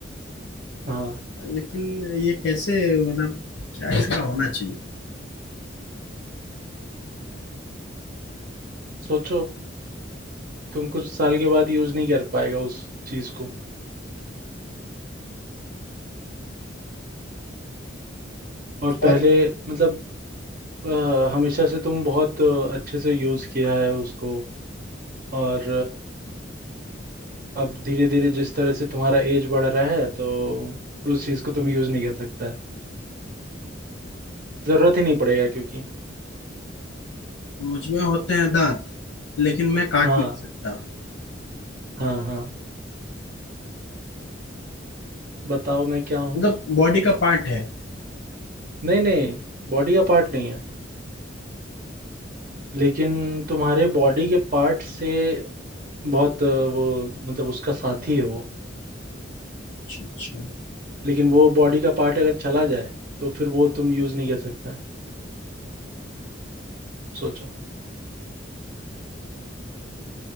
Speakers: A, on the right (about 45°); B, on the left (about 85°).
A: हाँ
B: लेकिन ये कैसे मतलब क्या इसका होना चाहिए
A: सोचो तुम कुछ साल के बाद यूज नहीं कर पाएगा उस चीज को और
B: और
A: पहले मतलब अ, हमेशा से तुम बहुत अ, अच्छे से यूज किया है उसको और अब धीरे धीरे जिस तरह से तुम्हारा एज बढ़ रहा है तो उस चीज को तुम यूज नहीं कर सकता जरूरत ही नहीं पड़ेगा क्योंकि
B: मुझ में होते हैं दांत लेकिन मैं काट
A: हाँ
B: नहीं सकता
A: हाँ हाँ बताओ मैं क्या हूँ
B: मतलब बॉडी का पार्ट है
A: नहीं नहीं बॉडी का पार्ट नहीं है लेकिन तुम्हारे बॉडी के पार्ट से बहुत अ, वो मतलब उसका साथी है वो
B: अच्छा अच्छा।
A: लेकिन वो बॉडी का पार्ट अगर चला जाए तो फिर वो तुम यूज नहीं कर सकता सोचो